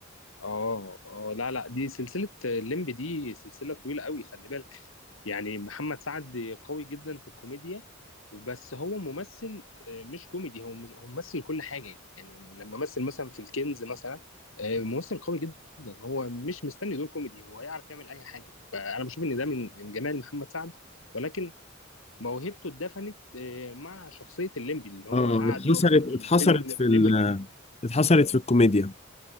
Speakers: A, on the left; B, on the left.
A: اه آه، لا لا دي سلسله الليمب دي سلسله طويله قوي خلي بالك يعني محمد سعد قوي جدا في الكوميديا وبس هو ممثل آه، مش كوميدي هو مش هو ممثل كل حاجة يعني لما مثل مثلا في الكنز مثلا آه، ممثل قوي جدا هو مش مستني دور كوميدي هو يعرف يعمل أي حاجة فأنا بشوف إن ده من من جمال محمد سعد ولكن موهبته اتدفنت آه، مع شخصية الليمبي اللي هو
B: اه
A: قعد
B: اتحصرت
A: يعصر في
B: اتحصرت
A: الفيلم
B: في
A: الليمبي
B: ال... اتحصرت في الكوميديا